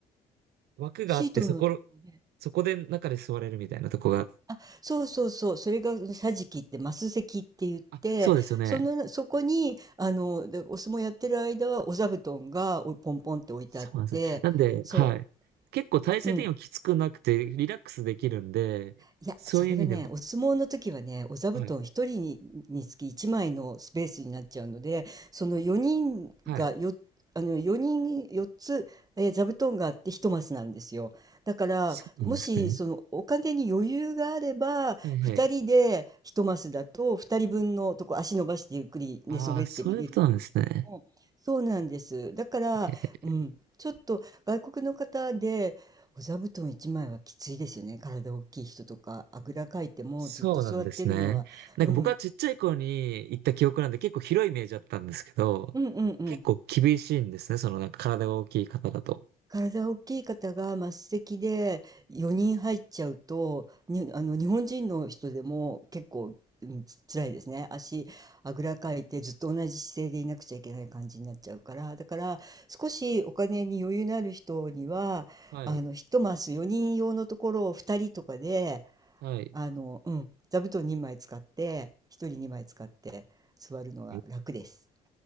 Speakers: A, on the right (about 70°); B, on the right (about 20°).
A: 枠があってそこ、
B: シートのところね。
A: そこで中で座れるみたいなとこが、
B: あ、そうそうそう。それが桟敷ってマス席って言って、
A: あ、そうですよね。
B: その、そこに、あの、でお相撲やってる間はお座布団がおポンポンって置いてあって、
A: そうなんですね。なんで、
B: そ
A: はい。結構体勢的にもきつくなくて、
B: う。うん。
A: リラックスできるんで、
B: いや、
A: そういう意味でも。
B: それがね、お相撲の時はね、お座布団1人に、
A: はい。
B: につき1枚のスペースになっちゃうので、その4人がよ、
A: はい。
B: あの4人4つ、えー座布団があって1マスなんですよ。だからもしそのお金に余裕があれば2人で1マスだと2人分のとこ足伸ばしてゆっくり寝そべって見れるんだけれどもそうなんです。
A: そうなんですね。はいはい。ああ、そういうことなんですね。
B: だから、
A: えー
B: うん、ちょっと外国の方でお座布団1枚はきついですよね。体大きい人とか、あぐらかいてもずっと座ってるのは、
A: そうなんですね。なんか僕はちっちゃい頃に行った記憶なんで結構広いイメージだったんですけど、
B: うん、うんうんうん。
A: 結構厳しいんですね。そのなんか体が大きい方だと。
B: 体大きい方が末席で4人入っちゃうと、に、あの、日本人の人でも結構、うん、つ、辛いですね。足、あぐらかいてずっと同じ姿勢でいなくちゃいけない感じになっちゃうから。だから、少しお金に余裕のある人には、
A: はい。
B: あの、一マス4人用のところを2人とかで、
A: はい。
B: あの、うん、座布団2枚使って、1人2枚使って座るのが楽です。
A: え